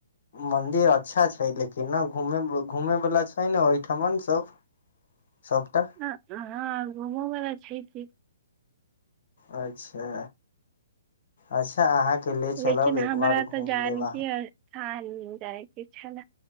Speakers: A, on the left; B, on the right.
A: मंदिर अच्छा छै लेकिन ने घू घूमे वला छै ने ओहि ठमन सब सबटा
B: हाँ घूमो वला छै कि
A: अच्छा अच्छा अहाँ ले चलब
B: लेकिन हमरा
A: एक बार घूम
B: तऽ जानकी
A: लेब
B: स्थान ह जाइके छले